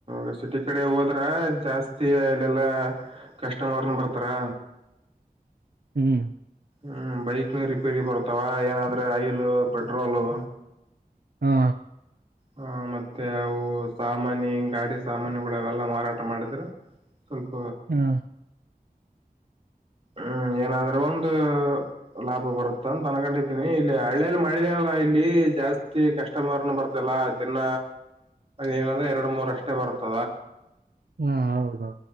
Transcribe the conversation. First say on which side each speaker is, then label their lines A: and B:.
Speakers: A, on the right (about 40°); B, on the right (about 80°).
A: ಹ ಸಿಟಿ ಕಡೆ ಹೋದ್ರ ಜಾಸ್ತಿ ಇಲ್ಲಲ್ಲಾ ಕಸ್ಟಮರ್ನು ಬರ್ತಾರ
B: ಹ್ಮ್
A: ಹ್ಮ್ ಬೈಕ್ನ ರಿಪೇರಿ ಬರುತ್ತಾವ ಏನಾದ್ರೆ ಆಯಿಲು ಪೆಟ್ರೋಲು
B: ಹಾ
A: ಹ ಮತ್ತೆ ಅವು ಸಾಮಾಾನಿ ಹೆಂಗ ಗಾಡಿ ಸಾಮಾನ್ಿಗಳವೆೆಲ್ಲಾ ಮಾರಾಟ ಮಾಡಿದ್ರೆ ಸ್ವಲ್ಪ
B: ಹಾ
A: ಹ್ಮ್ ಏನಾದ್ರೂ ಒಂದು ಲಾಭ ಬರುತ್ತ ಅಂತ ಅನ್ಕೊಂಡಿದ್ದೀನಿ ಇಲ್ಲಿ ಹಳ್ಳೇಲ್ಲಿ ಮಾಡಿದೀನಲ್ಲಾ ಇಲ್ಲಿ ಜಾಸ್ತಿ ಕಸ್ಟಮರ್ ಬರ್ತ ಲ್ಲ ದಿನ ಏನಂದ್ರೆ ಎರಡು ಮೂರ ಅಷ್ಟೇ ಬರುತ್ತದ
B: ಹ್ಮ ಹೌದೌದು